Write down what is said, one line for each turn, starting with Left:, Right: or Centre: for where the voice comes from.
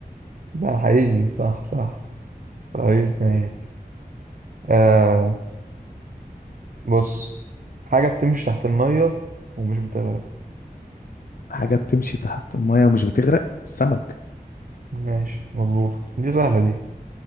Right: ده حقيقي صح صح طيب ماشي آه بص حاجة بتمشي تحت المية ومش بتغرق
Left: حاجة بتمشي تحت المية ومش بتغرق السمك
Right: ماشي مظبوطة دي سهلة دي